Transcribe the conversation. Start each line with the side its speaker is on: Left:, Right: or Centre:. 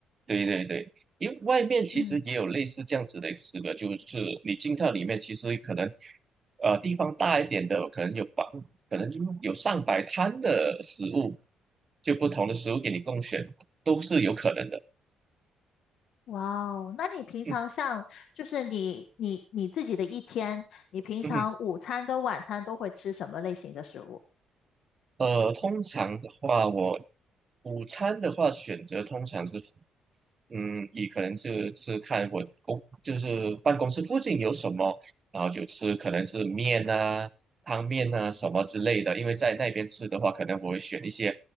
Right: 对对对，因为外面其实也有类似这样子的一个，
Left: 嗯，
Right: 就是你进到里面，其实可能呃地方大一点的，可能有百，可能就有上百摊的食物，就不同的食物给你供选，都是有可能的。
Left: 哇哦，那你平常像就是你你你自己的一天，
Right: <laughs> 嗯
Left: 你平常午餐跟晚餐都会吃什么类型的食物？
Right: 嗯呃，通常的话，我午餐的话选择通常是，嗯，以可能是是看我公就是办公室附近有什么，然后就吃可能是面啊、汤面啊什么之类的。因为在那边吃的话，可能我会选一些